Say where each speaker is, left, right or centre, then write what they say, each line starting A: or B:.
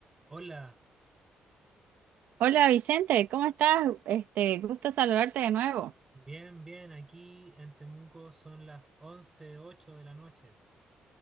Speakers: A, on the right (about 15°); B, on the right (about 85°).
A: Hola,
B: Hola Vicente, ¿cómo estás? Este, gusto saludarte de nuevo.
A: bien, bien, aquí en Temuco son las once ocho de la noche.